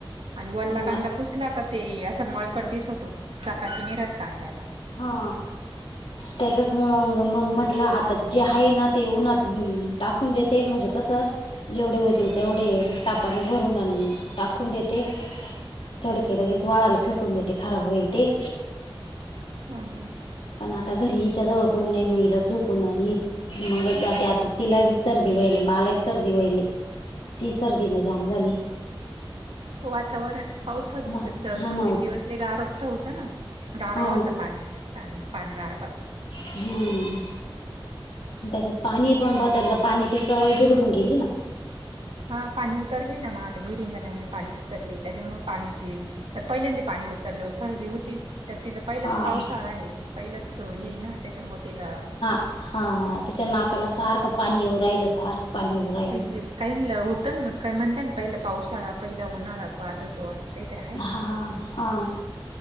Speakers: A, on the right; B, on the left.
A: आणि वल्ला
B: मग
A: कांदा पुसला का ते असं मळकट दिसतो चकाकि नाही राहात कांद्याला.
B: हा त्याच्याच मुळ मग म्हटलं आ तर जे आहे ना ते उन्हात टाकून देते म्हणजे कसं जेवढे होतील तेवढे तापाने भरून आणी टाकून देते. सडकेलगेच वाड्याला फेकून देते खराब होईल ते
A: हं हं
B: पण आता घरी हिच्या जवळ कोण नाही मग हिला झोपून येईल. मगच जाते आता तिला बी सर्दी होईलये मलाही सर्दी होईल ये. ती सर्दीने जाम झाली.
A: वातावरण. पावसाचं
B: हा
A: तथ दोन
B: ना
A: तीन दिवस लई गारठ होतं ना गारवा
B: हा
A: होता पाणी प पणगार
B: हम्म. त्याच्यात पाणी पण बदललं पाण्याची चव ही बिघडून गेली ना
A: हा पाणी उतरले ना म आता विहिरींना नवीन पाणी उतरली त्याच्यामुळे पाणी चेंज त पहिल्यांदा पाणी उतरलं सरदी हूतीच. तर तिचां पहिलाच
B: हा
A: पावसाळा आहे पहिलंच हे ना त्याच्यामुळे तिला
B: हा हा तिच्या नाकाला सारखं पाणी येऊ राहिल सारखं पाणी येऊ राहील.
A: ते काहीना होतं ना मग का म्हणता ना पहिला पावसाळा पहिला उन्हाळा बाध तो असं काही तरी आहे ना.
B: हा हा.